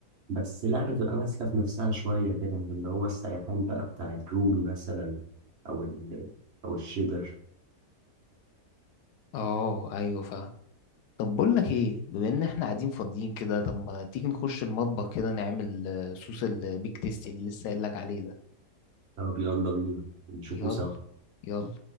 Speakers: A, on the right; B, on the left.
A: بس لا بتبقى ماسكة في نفسها شوية كده مش اللي هو السيحان بقى بتاع الرومي مثلا أو ال أو الشيدر
B: اه ايوه فاهم طب بقول لك ايه بما ان احنا قاعدين فاضيين كده طب ما تيجي نخش المطبخ كده نعمل آه، صوص البيك تيستي اللي لسه قايل لك عليه ده
A: طب يلا بينا نشوفه
B: يلا
A: سوا
B: يلا